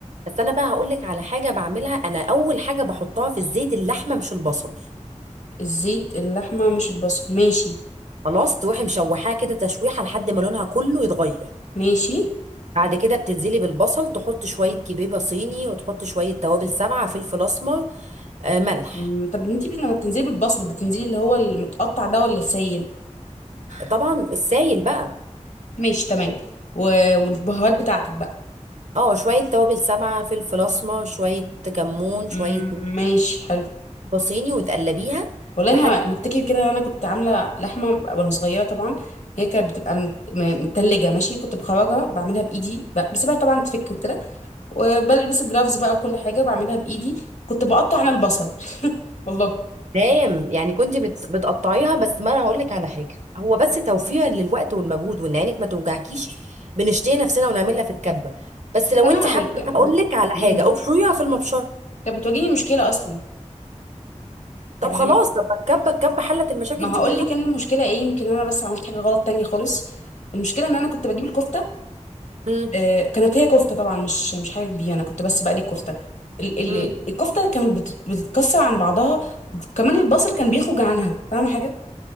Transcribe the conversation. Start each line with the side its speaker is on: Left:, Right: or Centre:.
Right: بس انا بقى هقول لك على حاجه بعملها انا اول حاجه بحطها في الزيت اللحمه مش البصل
Left: الزيت اللحمة مش البصل ماشي
Right: خلاص تروحي مشوحاها كده تشويحه لحد ما لونها كله يتغير
Left: ماشي
Right: بعد كده بتنزلي بالبصل تحط شويه كبيبه صيني وتحط شويه توابل سبعه فلفل اسمر آه ملح
Left: مم، طب انتي لما بتنزلي بالبصل بتنزلي اللي هو المتقطع ده ولا السايل
Right: طبعا السايل بقى
Left: ماشي تمام و... والبهارات بتاعتك بقى
Right: اه شويه توابل سبعه فلفل اسمر شويه كمون شويه
Left: مم،
Right: ملح
Left: ماشي حلو
Right: صيني وتقلبيها
Left: والله انا
Right: لحد
Left: انا افتكر كده انا كنت عامله لحمه وانا صغيره طبعا هي كانت بتبقى مت- م- متلجه ماشي كنت بخرجها بعملها بايدي ب- بسيبها طبعا تفك وكده وبلبس الجرافز بقى وكل حاجه بعملها بايدي كنت بقطع انا البصل والله
Right: تمام يعني كنت بت... بتقطعيها بس ما انا هقول لك على حاجه هو بس توفير للوقت والمجهود وان عينك ما توجعكيش بنشتري نفسنا ونعملها في الكبه بس
Left: بس
Right: لو
Left: انا
Right: انت حابه
Left: يعني كان-
Right: هقول لك على حاجه
Left: مم.
Right: ابشريها في المبشره
Left: كانت بتواجهني مشكله اصلا
Right: طب
Left: يعني
Right: خلاص
Left: لما
Right: طب ما الكبه الكبه حلت المشاكل
Left: ما
Right: دي
Left: هقول
Right: كلها
Left: لك ان المشكله ايه يمكن انا بس عملت حاجه غلط تانية خالص المشكله ان انا كنت بجيب الكفته
Right: امم
Left: آه، كانت هي كفته طبعا مش مش حاجه كبيره انا كنت بس بقلي الكفته ال-
Right: امم
Left: ال- الكفته كانت بت- بتتكسر عن بعضها وكمان البصل كان بيخرج عنها فاهمه حاجه